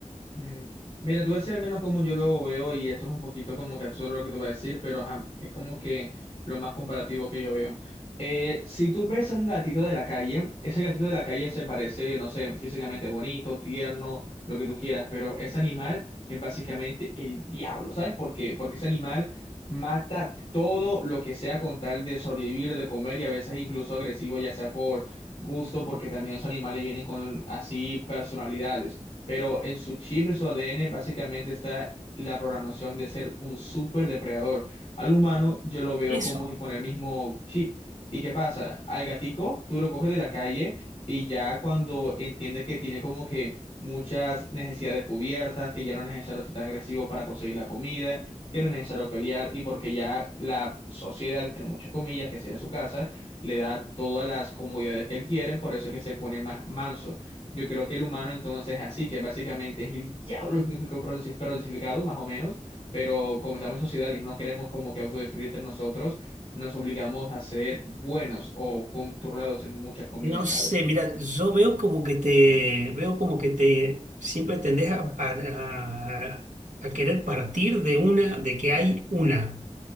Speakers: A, on the left (about 50°); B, on the right (about 85°).
A: Mm, Mira, te voy a decir al menos como yo lo veo y esto es un poquito como que absurdo lo que te voy a decir, pero ajá, es como que lo más comparativo que yo veo. Eh, si tú ves a un gatito de la calle, ese gatito de la calle se parece, no sé, físicamente bonito, tierno, lo que tú quieras, pero ese animal es básicamente el diablo, ¿sabes por qué? Porque ese animal mata todo lo que sea con tal de sobrevivir, de comer y a veces incluso agresivo, ya sea por gusto, porque también esos animales vienen con así personalidades pero en su chip, en su ADN, básicamente está la programación de ser un super depredador. Al humano yo lo veo
B: <laughs> Eso,
A: como si con el mismo chip. ¿Y qué pasa? Al gatico tú lo coges de la calle y ya cuando entiende que tiene como que muchas necesidades cubiertas, que ya no es necesario estar tan agresivo para conseguir la comida, que no es necesario pelear y porque ya la sociedad, entre muchas comillas, que sería su casa, le da todas las comodidades que él quiere, por eso es que se pone más manso. Yo creo que el humano entonces es así, que básicamente es el diablo <laughs> crucif- crucificado, más o menos, pero como estamos en sociedad y no nos queremos como que autodestruir entre nosotros, nos obligamos a ser buenos o controlados en muchas comillas,
B: no
A: ¿sabes?
B: sé, mira, yo veo como que te, veo como que te, siempre tendés a, a- a- a querer partir de una, de que hay una,